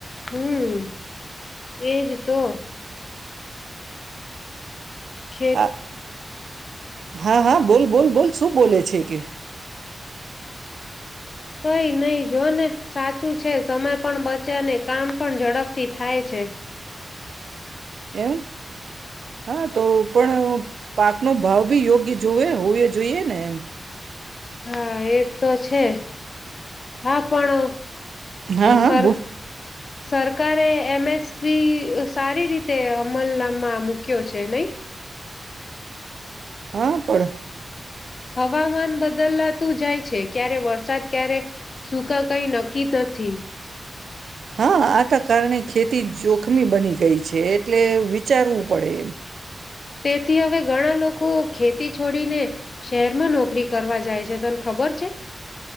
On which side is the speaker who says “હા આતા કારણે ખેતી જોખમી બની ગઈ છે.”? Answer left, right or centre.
Right